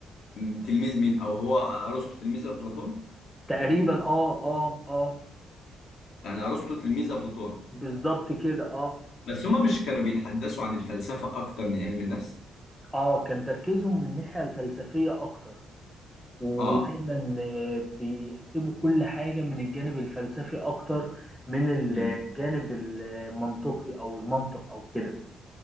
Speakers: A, on the left; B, in the centre.
A: م، تلميذ مين أو هو أرسطو تلميذ أفلاطون
B: تقريبا اه اه اه
A: يعني أرسطو تلميذ أفلاطون
B: بالظبط كده اه
A: بس هما مش كانوا بيتحدثوا عن الفلسفة أكتر من علم النفس
B: اه كان تركيزهم من الناحيه الفلسفيه اكتر ودايما
A: اه
B: آه، بيحسبوا كل حاجه من الجانب الفلسفي اكتر من الجانب
A: مم.
B: المنطقي او المنطق او كده